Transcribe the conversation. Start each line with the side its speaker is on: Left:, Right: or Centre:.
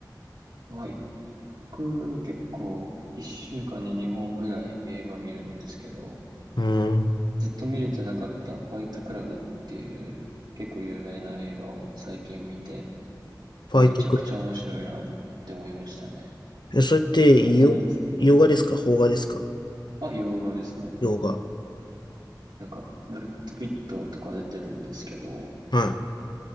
Right: はい。僕、結構、一週間に2本ぐらい映画見るんですけど、
Left: うーん。
Right: ずっと見れてなかったファイトクラブっていう結構有名な映画を最近見て、
Left: ファイトクラ
Right: めちゃくちゃ面白いなって思いましたね。
Left: ブ。え、それって、
Right: ご存知ですか
Left: よ、洋画ですか邦画ですか
Right: あ、洋画ですね。
Left: 洋画。
Right: なんか、ブルッド・ピットとか出てるんですけど、
Left: は